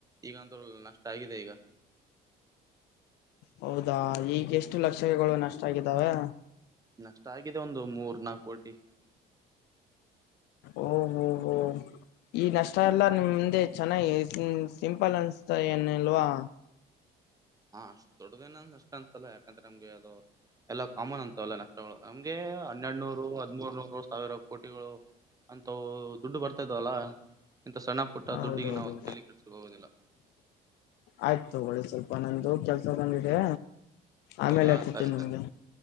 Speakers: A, on the right; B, on the left.
A: ಈಗಂತ್ರು ನಷ್ಟ ಆಗಿದೆ ಈಗ.
B: ಹೌದಾ ಈಗ ಎಷ್ಟು ಲಕ್ಷಗಳು ನಷ್ಟ ಆಗಿದ್ದಾವೆ.
A: ನಷ್ಟ ಆಗಿದೆ ಒಂದು ಮೂರ್ ನಾಕ್ ಕೋಟಿ.
B: ಓ ಹೋ ಹೋ. ಈ ನಷ್ಟ ಎಲ್ಲಾ ನಿಮ್ದೆ ಚೆನ್ನಾಗಿ ಸಿಂಪಲ್ ಅನ್ಸ್ತ ಏನಿಲ್ವಾ.
A: ಹಾ ಅಷ್ಟು ದೊಡ್ಡದೇನ ಅಷ್ಟ ಅಂಸಲ್ಲ ಯಾಕಂದ್ರೆ ನಮಗೆ ಅದು. ಎಲ್ಲ ಕಾಮನ್ ಅಂತವೆಲ್ಲ ನಷ್ಟಗಳು ನಮ್ಗೆ ಹನ್ನೆಡ್ನೂರು ಹದ್ಮೂರ್ ನೂರು ಸಾವಿರ ಕೋಟಿಗಳು. ಅಂತ ದುಡ್ಡು ಬರ್ತಾ ಇದವಲ್ಲ. ಇಂತ ಸಣ್ಣ ಪುಟ್ಟ ದುಡ್ಡಿಗೆ
B: ಹೌದೌದು
A: ನಾವು ತಲಿ ಕೆಡ್ಸುಕೋ ಹೋಗೋದಿಲ್ಲ.
B: ಆಯ್ತು ತಗೊಳ್ಳಿ ಸ್ವಲ್ ಒಂದೊಂದು ಕೆಲ್ಸ ಬಂದಿದೆ ಆಮೇಲೆ
A: ಹೌದಾ
B: ಹಚ್ಚುತ್ತೀನಿ
A: ಸರಿ ಸರಿ
B: ನಿಮ್ಗೆ.